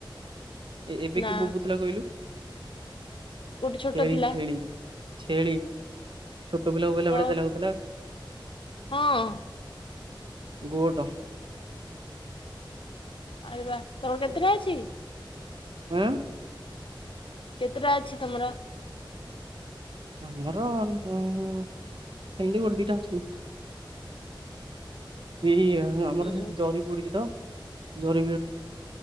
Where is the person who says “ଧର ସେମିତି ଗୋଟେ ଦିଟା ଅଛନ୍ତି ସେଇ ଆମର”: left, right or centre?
Right